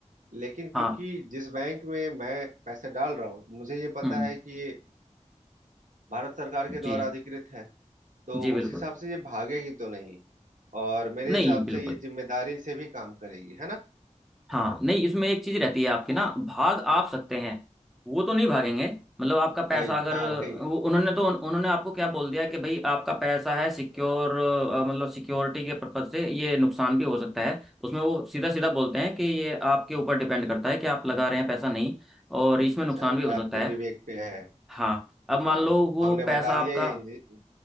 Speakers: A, on the right; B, in the centre.
A: लेकिन क्योंकि
B: हाँ
A: जिस बैंक में मैं पैसे डाल रहा हूँ तो मुझे ये पता
B: हम्म
A: है कि ये भारत सरकार के द्वारा
B: जी
A: अधिकृत है तो
B: जी बिल्कुल
A: उस हिसाब से ये भागेगी तो नहीं और मेरे
B: नहीं
A: हिसाब
B: बिल्कुल
A: से ये जिम्मेदारी से भी काम करेगी है ना
B: हाँ नहीं इसमें एक चीज रहती है आपकी ना भाग आप सकते हैं वो तो नहीं भागेंगे मतलब आपका पैसा
A: वही
B: अगर
A: हाँ वही
B: वो उन्होंने तो उन्होंने आपको क्या बोल दिया कि भाई आपका पैसा है सिक्योर मतलब सिक्योरिटी के पर्पज से ये नुकसान भी हो सकता है उसमें वो सीधा सीधा बोलते हैं कि ये आपके ऊपर डिपेंड करता है कि आप लगा रहे हैं पैसा नहीं और इसमें
A: अच्छा
B: नुकसान
A: ये
B: भी हो सकता
A: आपके
B: है
A: विवेक पे है
B: हाँ अब मान
A: हाँ
B: लो वो
A: हमने बता
B: पैसा
A: दिया
B: आपका
A: ये इंजि-